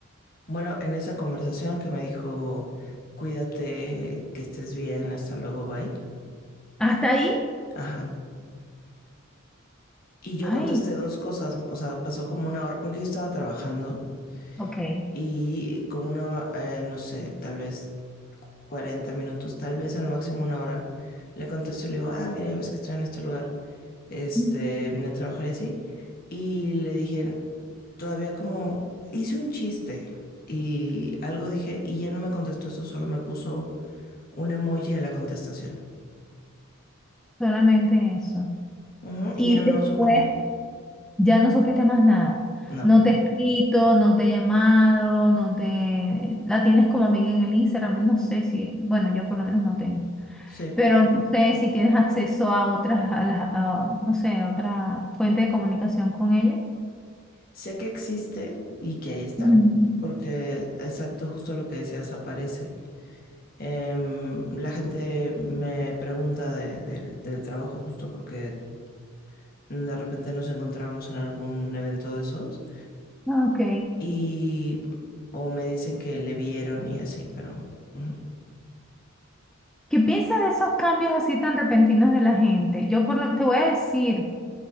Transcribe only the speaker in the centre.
¿Hasta ahí?
Ay,
ok.
Mm,
Solamente eso.
Y
después
ya no supiste más nada.
No te he escrito, no te he llamado, no te... La tienes como amiga en el Instagram, no sé si... Bueno, yo por lo menos no tengo.
Pero no sé si tienes acceso a otras, a las, a, no sé, a otra fuente de comunicación con ella.
Mm,
Ok.
¿Qué piensas de esos cambios así tan repentinos de la gente? Yo por lo- te voy a decir,